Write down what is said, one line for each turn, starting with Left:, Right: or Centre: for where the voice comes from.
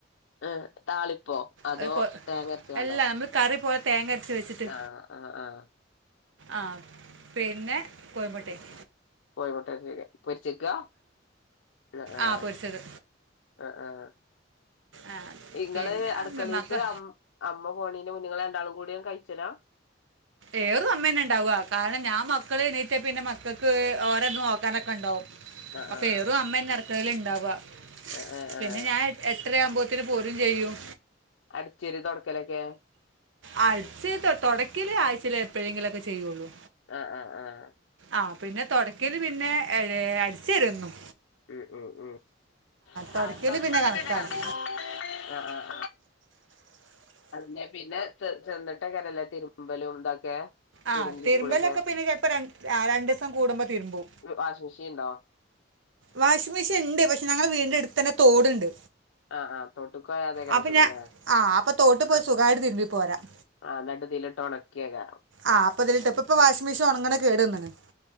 Left: ഏഹ് താളിപ്പോ അതോ
Right: അത് കൊ
Left: തേങ്ങ അരച്ച്ങ്ങാണ്ടോ
Right: അല്ലാ നമ്മള് കറി പോലെ തേങ്ങ അരച്ച് വെച്ചിട്ട്
Left: ആഹ് ആഹ് ആഹ്
Right: ആഹ് പിന്നെ കോയിമുട്ടെയും
Left: കോയിമുട്ട ആഹ് ശെരി പൊരിച്ചേക്കാ മ് ആഹ്
Right: ആ പൊരിച്ചത്
Left: ആഹ് ആഹ്
Right: ആ
Left: ഇങ്ങള്
Right: പിന്നെ
Left: അടുക്കളീത്ത്
Right: മ- മക്ക
Left: അമ്മ പോണീന് മുന്നെ ഇങ്ങള് രണ്ടാളും കൂടി കഴിച്ചലാ
Right: എറും അമ്മന്നെ ഉണ്ടാവുവ കാരണം ഞാൻ മക്കള് എണീറ്റെ പിന്നെ മക്കൾക്ക് ഓരെ ഇത് നോക്കാനൊക്കെ ഒണ്ടാവും
Left: ആഹ്
Right: അപ്പൊ
Left: ആഹ്
Right: എറും അമ്മന്നെ അട്ക്കളയില് ഇണ്ടാവ
Left: ആഹ് ആഹ്
Right: പിന്നെ
Left: ആഹ്
Right: ഞാൻ എട്ടര ആവുമ്പോഴത്തിന് പോരും ചെയ്യും
Left: അടിചേരി തൊടക്കലൊക്കെ
Right: അടിച്ചേരി തൊ തൊടക്കില് ആഴ്ചൽേ എപ്പോഴെങ്കിലൊക്കെ ചെയ്യുള്ളൂ
Left: ആഹ് ആഹ് ആഹ്
Right: ആ പിന്നെ തുടക്കല് പിന്നെ ഏഴ് അടിച്ചാരും എന്നും
Left: ഉം ഉം ഉം
Right: തുടക്കിൽ
Left: ആഹ് തൊടയ്ക്കല്
Right: കണക്കാണ്
Left: പിന്നെ കണക്ക അതന്നെ പിന്നെ ത് ചെന്നിട്ടക്കാരല്ലേ തിരുമ്പലും ഇതൊക്കെ
Right: ആഹ്
Left: തിരുമ്പി
Right: തിരുമ്പലൊക്കെ
Left: കുളിയൊക്കെ
Right: പിന്നെ ചിലപ്പോ ര രണ്ടീസം കൂടുമ്പോ തിരുമ്പും
Left: വാഷിഗ്‌മിഷീൻ ഇണ്ടോ
Right: വാഷിംഗ് മെഷീൻ ഇണ്ട് പക്ഷെ ഞങ്ങളെ വീടിന്റെ അടുത്ത് തന്നെ തോടുണ്ട്
Left: ആഹ് ആഹ് തോട്ട്ക്ക് പോയ അതേക്കാരം
Right: അപ്പം
Left: സുഖല്ലെ
Right: ഞാൻ ആ അപ്പം തോട്ട് പോയി
Left: ആഹ്
Right: സുഖമായിട്ട് തിരുമ്പി പോരാം
Left: ആഹ് ഇന്നിട്ട് ഇതിലിട്ട് ഉണക്കി ഏക്കാരം
Right: ആഹ് അപ്പ ഇതിലിട്ട് ഇപ്പപ്പോ വാഷിമെഷൻ ഒണങ്ങ്ണെ കേട് വന്നിക്ക്ണ്